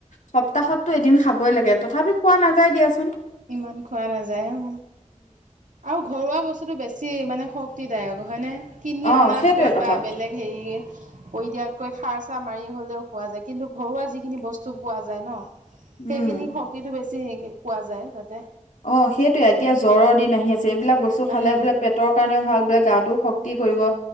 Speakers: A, on the left; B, on the right.
A: সপ্তাহতো এদিন খাবই লাগে তথাপি খোৱা নাযায় দিয়াচোন
B: ইমান খোৱা নাযায় অ আৰু ঘৰুৱা বস্তুতটো বেছি মানে শক্তিদায়ক হয়নে কিনি
A: অ
B: অনাতকৈ
A: সেইটোৱে কথা
B: বা বেলেগ হেৰি কৰি দিয়াত কৈ খাৰ চাৰ মাৰি হ'লেও খোৱা যায় কিন্তু ঘৰুৱা যিখিনি বস্তু পোৱা যায় ন
A: উম
B: সেইখিনি শক্তিটো বেছি পোৱা যায় তাতে
A: অ সেইটোয়ে এতিয়া জ্বৰ দিন আহি আছে স এইবিলাক বস্তু
B: সেই
A: খালে বোলে পেট কাৰণও ভাল বিিলাক গাতটোও শক্তি কৰিব